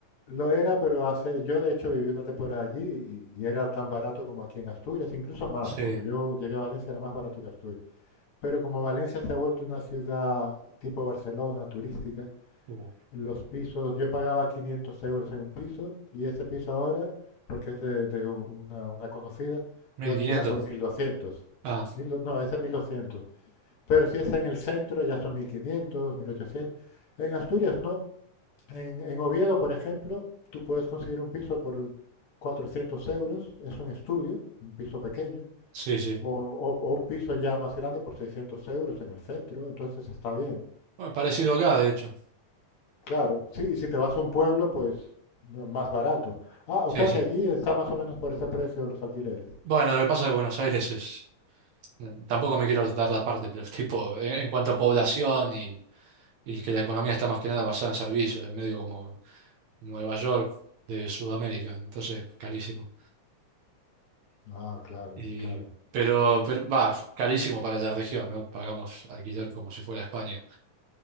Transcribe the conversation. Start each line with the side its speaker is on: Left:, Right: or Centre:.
Left: lo era, pero hace, yo de hecho viví una temporada allí y, y era tan barato como aquí en Asturias, incluso más.
Right: Sí,
Left: Cuando yo llegué a Valencia era más barato que Asturias. Pero como Valencia se ha vuelto una ciudad tipo Barcelona, turística,
Right: uh,
Left: los pisos, yo pagaba 500 euros en un piso y ese piso ahora, porque es de, de una, una conocida,
Right: mil
Left: lo alquila
Right: quinientos
Left: por mil doscientos
Right: Ah,
Left: Mil do- no, ese es mil doscientos Pero si es en el centro ya son mil quinientos mil ochocientos En Asturias no. En, en Oviedo, por ejemplo, tú puedes conseguir un piso por 400 euros, es un estudio, un piso pequeño,
Right: sí, sí.
Left: o, o- o un piso ya más grande por 600 euros en el centro, entonces está bien.
Right: Bueno, parecido acá, de hecho.
Left: Claro, sí, y si te vas a un pueblo, pues no, más barato. Ah, o
Right: Sí,
Left: sea
Right: sí.
Left: que allí está más o menos por ese precio los alquileres.
Right: Bueno, lo que pasa de Buenos Aires es... Tampoco me quiero dar la parte, pero es tipo, en en cuanto a población y... y que la economía está más que nada basada en servicios, en medio como Nueva York de Sudamérica, entonces carísimo.
Left: Ah, claro,
Right: Y,
Left: claro,
Right: pero, pero, va, carísimo para la región, ¿no? Pagamos alquiler como si fuera España.